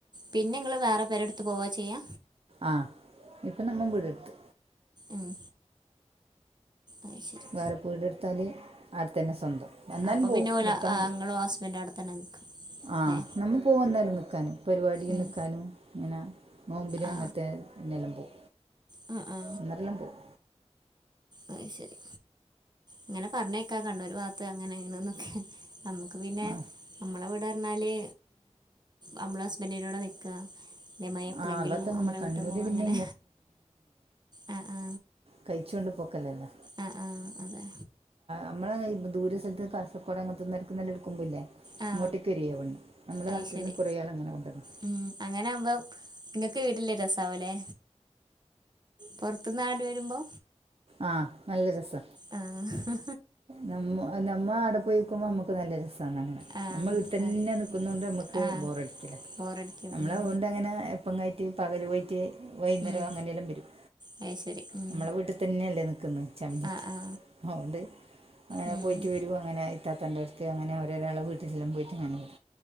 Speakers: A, on the right; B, on the right.
A: പിന്നെ നിങ്ങള് വേറെ പെരേടുത്ത് പോവാ ചെയ്യാ
B: ആഹ് ഇപ്പൊ നമ്മ വീട് എടുത്ത്
A: ഉം. അത് ശെരി
B: വേറെ വീട് എടുത്താല് അടുത്ത തന്നെ സ്വന്തം എന്നാലും
A: അപ്പോൾ
B: പോവും
A: പിന്നെ ഓല
B: നിൽക്കാൻ പോവും
A: നിങ്ങളും ഹസ്ബൻഡും അവിടെ തന്നെ നിൽക്കും അല്ലേ
B: ആഹ് നമ്മൾ പോവന്നേരം നിക്കാന് പരിപാടി
A: ഉം.
B: നിൽക്കാനും ഇങ്ങനെ നോമ്പിനും
A: ആ
B: അങ്ങനത്തെ നിലമ്പും
A: ആ ആ
B: എന്നട്ടെല്ലാം പോവും
A: അത് ശെരി ഇങ്ങനെ പറഞ്ഞേക്കാം കണ്ണൂര് ഭാഗത്ത് അങ്ങനെ ഇങ്ങനെ എന്നൊക്കെ നമുക്ക് പിന്നെ
B: ആ
A: നമ്മളവിടെ നിന്നാല് നമ്മളെ ഹസ്ബൻഡിന്റെ കൂടെ നിക്കുക <unintelligible> എപ്പഴെങ്കിലും
B: ആ അതൊക്കെ അങ്ങനെ
A: നമ്മളെ
B: കണ്ണൂർ
A: വിട്ട് പോകും
B: പിന്നെ
A: അങ്ങനെ ആ ആ
B: കഴിച്ചോണ്ട് പോക്കലല്ലോ
A: ആ ആ അതെ
B: നമ്മളെ ദൂരെ സ്ഥലത്ത് പക്കോട അങ്ങനെത്തിന്ന് എടുക്കുന്നില്ലേ എടുക്കുമ്പോ ഇല്ലേ
A: ആ
B: ഇങ്ങോട്ടേക്ക് വരും ഇറങ്ങി നമ്മുടെ
A: അത്
B: നാട്ടില്
A: ശരി
B: നി കുറെ നാൾ അങ്ങനെ ഉണ്ടെന്ന്
A: ഉം അങ്ങനെ ആവുമ്പോ നിങ്ങക്ക് വീട്ടില് രസാവൂലേ പൊറത്ത്ന്നു ആള് വരുമ്പോ
B: ആഹ് നല്ല രസാ
A: ആഹ്
B: നമ്മ നമ്മ ആടെ പോയിക്കുമ്പോൾ നമുക്ക് നല്ല രസമാണ് അങ്ങനെ
A: ആ
B: നമ്മള് വീട്ടി തന്നെ
A: അതെ
B: നിക്കുന്ന കൊണ്ട് നമ്മുക്ക്
A: ആ
B: ബോറടിക്കില്ല
A: ബോറടിക്കും
B: നമ്മള്
A: ഉം,
B: അതുകൊണ്ട്ങ്ങനെ എ പ്പങ്ങായീട്ട് പകല് പോയിറ്റ് വൈകുന്നേരം
A: ഉം,
B: അങ്ങനെയെല്ലാം വരും
A: അത് ശരി ഉം,
B: നമ്മളെ വീട്ടിൽ തന്നെയല്ലേ നിക്കുന്നെ ചമഞ്ഞറ്റ്
A: ആ ആ
B: അതുകൊണ്ട് അങ്ങനെ
A: ഉം.
B: പോയിട്ട് വരും അങ്ങനെ ഇത്താത്തേന്റടുത്ത് അങ്ങനെ അവരൊരാളെ വീട്ടിലും പോയിട്ട്ങ്ങനെ വരും